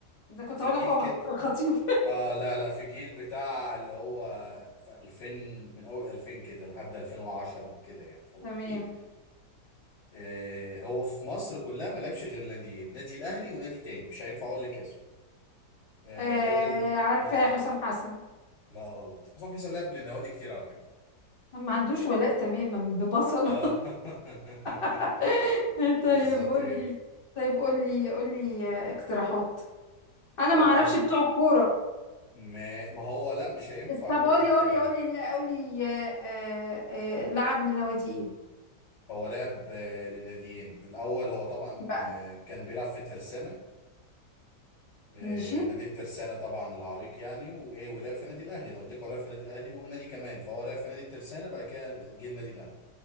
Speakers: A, on the left; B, on the left.
A: ده كنت
B: في
A: هقول
B: جيل
A: لك هو محمود
B: كده
A: الخطيب <laughs>
B: اه لا لا في جيل بتاع اللي هو في 2000 من اول 2000 كده لحد 2010 كده يعني الفتره
A: تمام
B: دي آه هو في مصر كلها ما لعبش غير ناديين نادي الاهلي ونادي تاني مش هينفع اقول لك اسم آه
A: آه
B: راجل
A: عارفاه
B: اه
A: حسام حسن
B: لا غلط حسام حسن لعب للنوادي كتير على فكره
A: ما عندوش ولاء تماما ببصله
B: اه <laughs>
A: <laughs>
B: بالظبط
A: طيب قول
B: كده
A: لي طيب قول لي قول لي آه، اقتراحات انا
B: طب
A: ما اعرفش
B: انا
A: بتوع الكوره
B: ما, ما هو لا مش هينفع
A: طب
B: اقول
A: قولي
B: لك اقتراحات
A: قولي قولي قولي آه، آه، آه، لعب لنوادي ايه
B: هو لعب آه، لناديين الاول هو طبعا
A: بقى
B: آه، كان بيلعب في الترسانه آه،
A: ماشي
B: نادي الترسانة طبعا العريق يعني وايه ولعب في نادي الاهلي انا قلت لك هو لعب في نادي الاهلي ونادي كمان فهو لعب في نادي الترسانة بعد كده جه النادي الاهلي